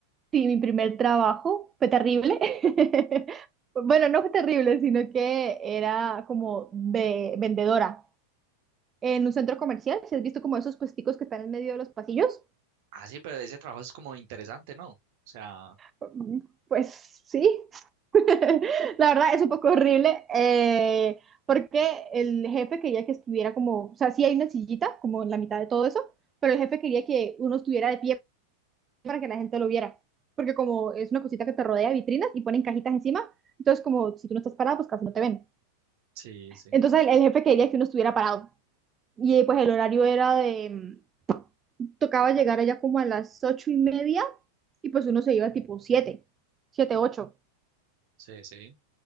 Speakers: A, on the right (about 20°); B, on the right (about 50°).
A: Sí, mi primer trabajo fue terrible. <laughs> Bueno, no fue terrible, sino que era como de vendedora en un centro comercial. Si has visto como esos puesticos que están en medio de los pasillos?
B: Ah, sí, pero ese trabajo es como interesante, ¿no? O sea,
A: Mm, Pues sí, <laughs> La verdad es un poco horrible, eh, porque el jefe quería que estuviera como, o sea, sí hay una sillita como en la mitad de todo eso, pero el jefe quería que uno estuviera de pie para que la gente lo viera, porque como es una cosita que te rodea de vitrinas y ponen cajitas encima, entonces como si tú no estás parado, pues casi no te ven.
B: sí, sí,
A: Entonces el, el jefe quería que uno estuviera parado y eh, pues el horario era de, tocaba llegar allá como a las ocho y media y pues uno se iba tipo siete, siete, ocho.
B: sí, sí.